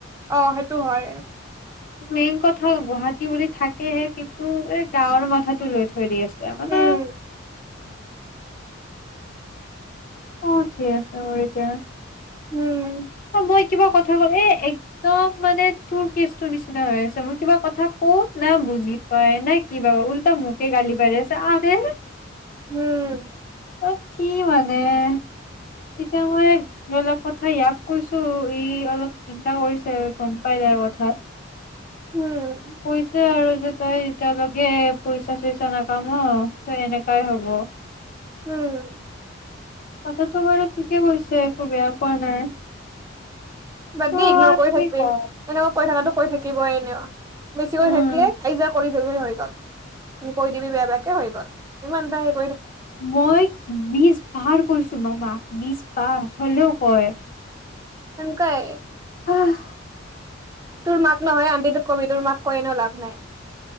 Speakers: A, on the right; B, on the left.
A: অ' সেইটো হয়।
B: মেইন কথা গুৱাহাটী বুলি থাকেহে কিন্তু এই গাঁৱৰ মাথাটো লৈ থৈ দি আছে। এতিয়া মানে।
A: উম
B: অ' ঠিক আছে হ'ব বাৰু এতিয়া।
A: উম'।
B: অ', মই কিবা কথা কলে এ একদম মানে তোৰ কেচটোৰ নিচিনা হৈ আছে। মই কিবা কথা কওঁ না বুজি পাই না কিবা। উল্টা মোকে গালি পাৰি আছে আৰে।
A: উম'
B: অ' কি মানে এ। এতিয়া মই অলপ কথা ইয়াক কৈছো ই অলপ চিন্তা কৰিছে গম পাই যাই কথাত।
A: উম
B: কৈছে আৰু যে। তই এতিয়ালৈকে পইচা চইচা নাপাম ন' ত এনেকাই হব।
A: উম'।
B: কথাটো বাৰু ঠিকে কৈছে একো বেয়া পোৱা নাই।
A: বাদ
B: অ'
A: দেই ইগন'ৰ কৰি
B: কি
A: থাকিবি
B: ক'ম।
A: এনেকুৱা কৈ থকা তোক কৈ থাকিবই এনেও। বেছিকৈ
B: উম,
A: থাকিলে কায়জা কৰি কৰি দিবি হৈ গ'ল। কৈ দিবি বেয়া বেয়াকে হৈ গ'ল। ইমানটা সেই
B: মই বিছ ভাৰ কৈছো বাবা বিশ পাৰ? হ'লেও কয়।
A: সেনকোৱাই
B: আহঃ
A: তোৰ মাক নহয় আন্টীতোক কবি। তোৰ মাক কৈ এনেও লাভ নাই।